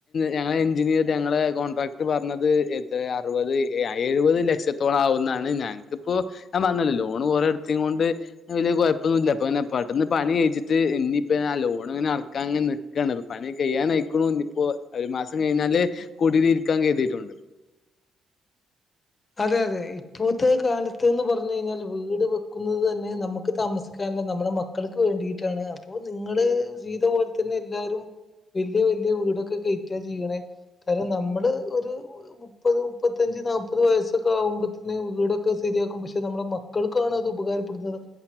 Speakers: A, on the left (about 55°); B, on the left (about 35°).
A: ഞങ്ങള എഞ്ചിനിയർ ഞങ്ങളെ കോൺട്രാക്ട് പറഞ്ഞത് എന്ത അറുപത് എഴുപത് ലക്ഷത്തോളം ആവുന്നാണ് ഞങ്ങക്കിപ്പോ ഞാൻ പറഞ്ഞല്ലോ ലോൺ കൊറെ എടുത്ത കൊണ്ട് വലിയ കുഴപ്പൊന്നുല്ല. <unintelligible> പെട്ടെന്ന് പണി കഴിച്ചിട്ട് ഇനിപ്പെ ആ ലോണ് ഇങ്ങനെ അടക്കാൻ ഇങ്ങനെ നിക്കാണ് പണി ഒകെ കഴിയാൻ ആയിക്കണു. ഇപ്പോ ഒരു മാസം കഴിഞ്ഞാല് കുടില് ഇരിക്കാൻ കെരുതീട്ടുണ്ട്.
B: അതെ അതെ ഇപ്പോഴത്തെ കാലത്ത്ന്ന് പറഞ്ഞ കഴിഞ്ഞാൽ വീട് വെക്കുന്നത് തന്നെ നമുക്ക് താമസിക്കാനുള്ള നമ്മുടെ മക്കൾക്ക് വേണ്ടിയിട്ടാണ് അപ്പൊ നിങ്ങള് ചെയ്ത പോലെ തന്നെ എല്ലാരും. വലിയ വല്യ വീടൊക്കെ കയറ്റാ ചെയ്യണേ കാരണം നമ്മള് ഒരു മുപ്പത് മുപ്പത്തഞ്ച് നാല്പ്പത് വയസാക്കെ ആകുമ്പോത്തെ വീടൊക്കെ ശരിയാക്കും പക്ഷെ നമ്മുടെ മക്കൾക്കാണ് അത് ഉപകാരപ്പെടുന്നത് നമു